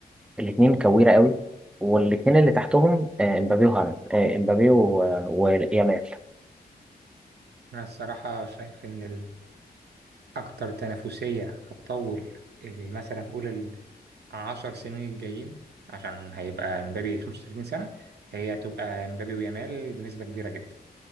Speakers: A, in the centre; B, on the right (about 80°).
A: الاتنين كويره قوي والاتنين اللي تحتهم آه، امبابي وهالاند آه، امبابي و- ويامال يعني
B: أنا الصراحة شايف إن ال- أكتر تنافسية هتطول اللي مثلا نقول العشر سنين الجايين عشان هيبقى مبابي 35 سنة هي هتبقى مبابي ويامال بنسبة كبيرة جدا